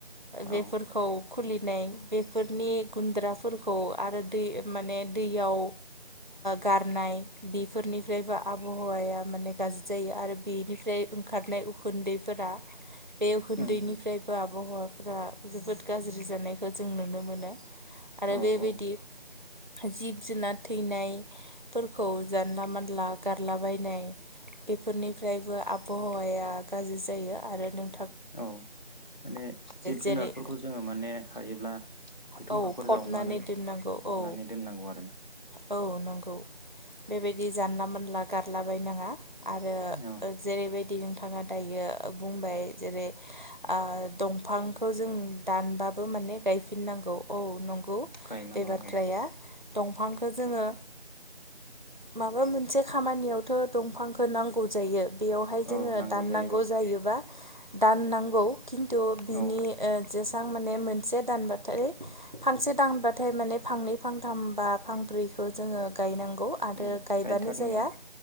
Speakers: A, on the left; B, on the right.
A: औ
B: बेफोरखौ खुलिनाय बेफोरनि गुन्द्राफोर खौ आरो दै माने दैयाव गारनाय बेफोरनिफ्रायबो आबहावाया माने गाज्रि जायो आरो बेनिफ्राय ओंखारनाय उखुन्दैफोरा बे उन्खुदैनिफ्रायबो
A: उम उम
B: आबहावाफ्रा जोबोद गाज्रि जानायखौ जों नुनो मोनो आरो
A: औ
B: बेबायदि
A: औ
B: जिब-जुनार थैनायफोरखौ जानला मानला गारलाबायनाय
A: <inaudible>
B: फोरनिफ्रायबो आबहावाया गाज्रि जायो आरो नों
A: औ माने जिब
B: जेरै
A: जुनारफोरखौ जोङो माने हायोब्ला गोथौ
B: औ
A: हाखर
B: फबनानै
A: जावनानै
B: दोननांगौ
A: फबनानै
B: औ
A: दोननांगौ आरो ना।
B: औ नंगौ बेबायदि जानला मोनला गारलाबायनाङा। आरो
A: औ
B: जेरैबाय दि नोंथाङा दायो बुंबाय जेरै ओ दफांखौ जों दानबा बो माने गायफिननांगौ औ नंगौ
A: गायनांगौ
B: बे बाथ्राया।
A: औ
B: दंफांखौ जोङो। माबा मोनसे खामानियावथ' दंफांखौ नांगौ जायो। बेयावहाय
A: औ
B: जोङो
A: नांगौ
B: दाननांगौ
A: जायो
B: जायोबा दाननांगौ खिन्थु बिनि
A: औ
B: ओ जेसेबां माने मोनसे दानबाथाय फांसे दानबाथाय माने फांनै फांथाम बा फांब्रैखौ जोङो गायनां गौ आरो
A: उम
B: गायबानो
A: गायथारनांगौ
B: जाया